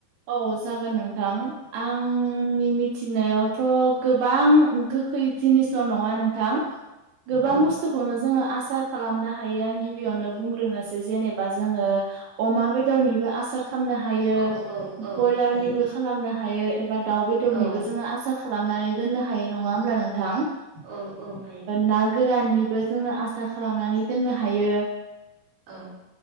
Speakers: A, on the right (about 85°); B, on the right (about 60°).
A: औ जागोन नोंथां आंनि मिथिनायावथ' गोबां गोखै जिनिस ल' नङा नोंथां गोबां
B: औ
A: बुसथु खौनो जोङो आसार खालामनो हायो आं गिबियावनो बुंग्रोनोसै जेनेबा जोङो अमा बेदरनिबो आसार खामनो हायो।
B: औ औ औ
A: बयलारनिबो
B: हायो
A: खालामनो हायो एबा दाउ बेदरनिबो
B: औ
A: जोङो आसार खालामनानै दोननो हायो नङा होमब्ला नों थां
B: औ औ हायो।
A: ना गोराननिबो जोङो आसार खालामनानै दोननो हायो।
B: औ